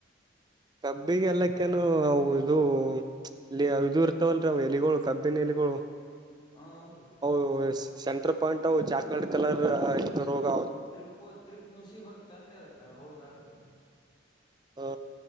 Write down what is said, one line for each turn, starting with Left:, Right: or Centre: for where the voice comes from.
Right: ಕಬ್ಬಿಗೆ ಎಲ್ಲಕ್ಕನು ಅವು ಇದು ಅಲ್ಲಿ ಇದು ಇರ್ತವಲ್ರವು ಎಲೆಗಳು. ಕಬ್ಬಿನಲಿಗಳು
Left: ಹೂನ್ರಿ
Right: ಓ ಎಸ್. ಸೆಂಟರ್ ಪಾಯಿಂಟವು ಚಾಕ್ಲೇಟ್ ಕಲರ್ ಇದ ರೋಗಾ.
Left: ತಿರ್ಪೆ ತಿರ್ಪೆ ಮುುಸಿ ಬರ್ತನ್ರಿ ಅದಕ್ಕ ಹೌದಳ್ರಿ.
Right: ಆ